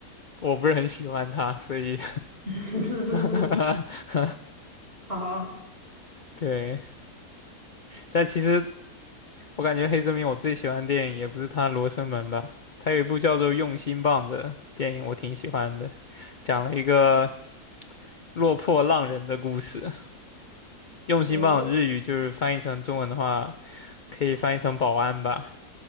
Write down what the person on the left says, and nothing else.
我不是很喜欢他，所以
<laughs>
对。但其实我感觉黑泽明我最喜欢的电影也不是他《罗生门》吧，他有一部叫做《用心棒》的电影，我挺喜欢的，讲了一个落魄浪人的故事。用心棒日语就是翻译成中文的话，
可以翻译成保安吧。